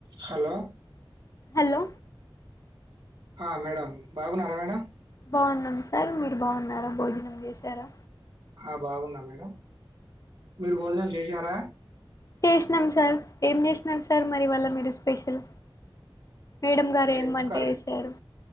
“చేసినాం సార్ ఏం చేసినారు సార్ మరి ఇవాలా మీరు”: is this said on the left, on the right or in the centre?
Left